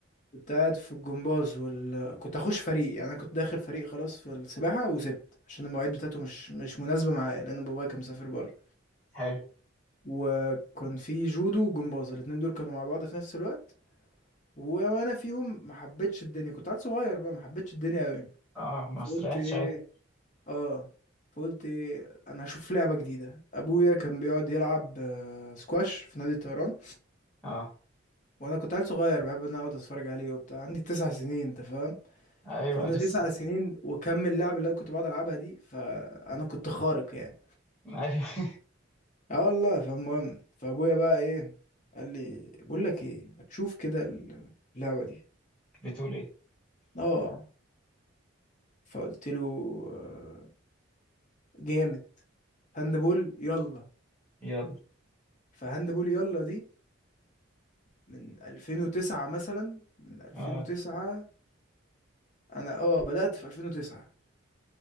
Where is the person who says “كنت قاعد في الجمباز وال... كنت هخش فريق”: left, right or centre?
Left